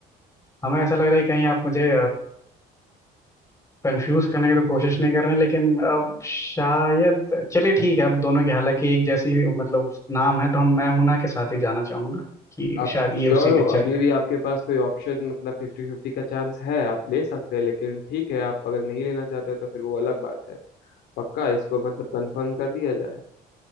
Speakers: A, on the left (about 20°); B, on the left (about 80°).
A: हमें ऐसा लग रहा है कि कहीं आप मुझे कंफ्यूज करने की तो कोशिश नहीं कर रहे हैं, लेकिन अब शायद चलिए ठीक है अब दोनों की हालांकि एक जैसी मतलब नाम है तो हम मैं हूं ना के साथ ही जाना चाहूंगा कि
B: आप
A: शायद ये
B: श्योर
A: उसी
B: हो
A: पिक्चर
B: अभी
A: का है।
B: भी आपके पास कोई ऑप्शन मतलब फिफ्टी फिफ्टी का चांस है आप ले सकते हैं लेकिन ठीक है आप अगर नहीं लेना चाहते तो फिर वो अलग बात है पक्का इसको मतलब कंफर्म कर दिया जाए